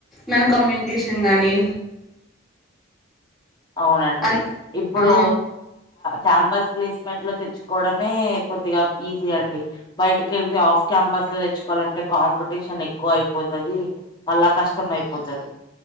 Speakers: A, in the centre; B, on the left (about 20°).
A: మన కమ్యూనికేషన్ కానీ
B: అవునండి
A: అన్
B: ఇప్పుడు
A: ఆ
B: క్యాంపస్ ప్లేస్మెంట్ లో తెచ్చుకోవడమే కొద్దిగా ఈజీ అండి బయటికి వెళ్తే ఆఫ్ క్యాంపస్ లో తెచ్చుకోవాలంటే కాంపిటీషన్ ఎక్కువ అయిపోతుది మళ్ళా కష్టం అయిపోతది